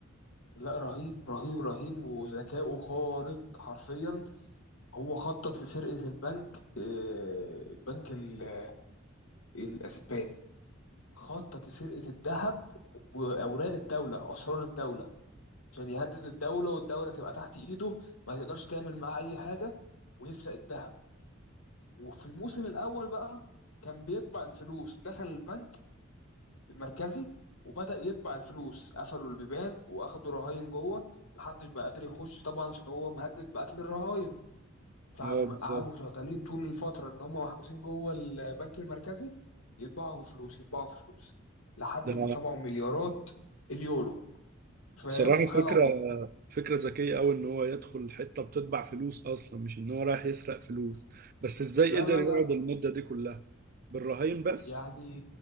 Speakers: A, on the left; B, on the right.
A: لا رهيب رهيب رهيب وذكائه خارق حرفيا هو خطط لسرقة البنك آه، البنك ال- آه، الأسباني خطط لسرقة الذهب وأوراق الدولة أسرار الدولة عشان يهدد الدولة والدولة تبقى تحت إيده ما تقدرش تعمل معاه أي حاجة ويسرق الذهب وفي الموسم الأول بقى كان بيطبع الفلوس دخل البنك المركزي وبدأ يطبع الفلوس قفلوا البيبان وأخدوا رهاين جوه محدش بقى قادر يخش طبعا عشان هو مهدد بقتل الرهاين فقعدوا
B: اه بالظبط
A: شغالين طول الفترة اللي هم محجوزين جوه البنك المركزي يطبعوا فلوس يطبعوا فلوس لحد
B: ده
A: ما طبعوا مليارات اليورو فاهم
B: بصراحه
A: وخلعوا
B: فكره
A: بيها
B: فكره ذكيه قوي ان هو يدخل حته بتطبع فلوس اصلا مش ان هو رايح يسرق فلوس بس ازاي
A: لا
B: قدر
A: لا لا
B: يقعد المده دي كلها بالرهاين بس
A: يعني